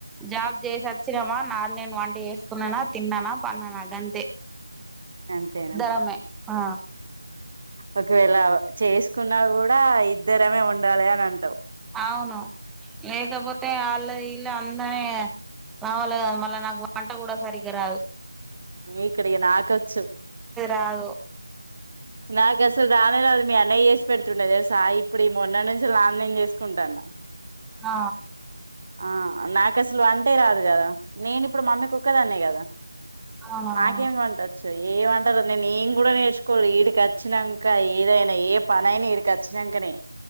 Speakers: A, in the centre; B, on the right (about 35°).
A: జాబ్ చేసి వచ్చినమా నాది నేను వంట చేస్త తన్ననా తిన్ననా పన్ననా గంతే
B: అంతేనా
A: ఇద్దరమే ఆ
B: ఒకవేళ చేసు కున్నా కూడా ఇద్దరమే ఉండాలి అని అంటావు
A: అవును లేకాపోతే అలా ఇలా అందనే నావళ్ళ మళ్ళ నాకు వంట కూడా సరిగా ఇగరాదు
B: ఇక్కడికి నాకచ్చు
A: రాదు
B: నాకు అసలు రాలేదు అది మీ అన్నయ్య చేసి పెడుతుండే తెలుసా ఇప్పుడు ఈ మొన్న నుంచి నాది నేను చేసుకుంటాన్న
A: ఆ
B: ఆ నాకు అసలు వంటే రాదు కదా నేను ఇప్పుడు మమ్మీ కి ఒక్కదాన్నే కదా
A: అవునవును
B: నాకేం వంటొచ్చు ఏమ నేను ఎం కూడా నేర్చుకోవాలే ఇడికి వచ్చినంక ఏదైనా ఏ పనయినా ఇడికి వచ్చినంకనే